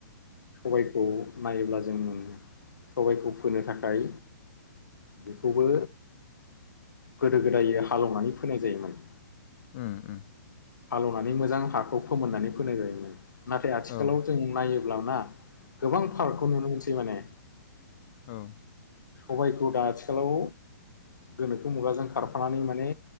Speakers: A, on the left (about 80°); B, on the left (about 40°).
A: सबायखौ नायोब्ला जों सबायखौ फोनो थाखाय बेखौबो गोदो गोदाय हालेवनानै फोनाय जायोमोन।
B: ओं-ओं
A: हालेवनानै मोजां हाखौ फोमोननानै फोनाय जायोमोन नाथाय
B: औ
A: आथिखालाव जों नायो ब्ला ना गोबां फाराकखौ नुनो मोनसै माने
B: औ।
A: सबायखौ दा आथिखालाव गोनोखो मुगाजों खारफानानै माने